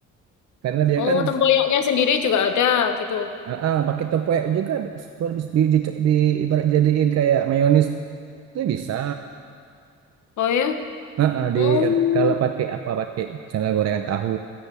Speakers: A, on the right; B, on the left.
A: karena dia
B: Oh,
A: kan
B: tempoyaknya sendiri juga ada gitu.
A: ah ah, pakai tempoyak juga soal bis- di, di, di ibarat jadiin kayak mayonis itu bisa.
B: Oh ya?
A: ah ah,
B: Oh.
A: di apa, kalau pakai apa pakai misalnya gorengan tahu